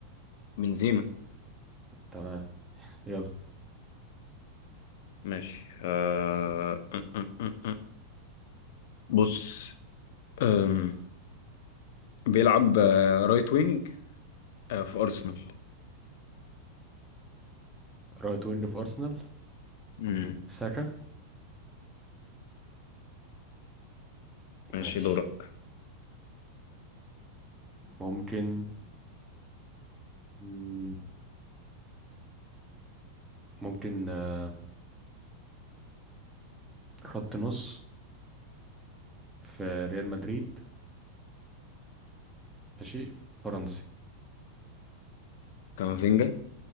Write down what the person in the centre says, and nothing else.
تمام يلا
رايت وينج في ارسنال
ساكا
ماشي
ممكن مم، ممكن آه خط نص في ريال مدريد ماشي فرنسي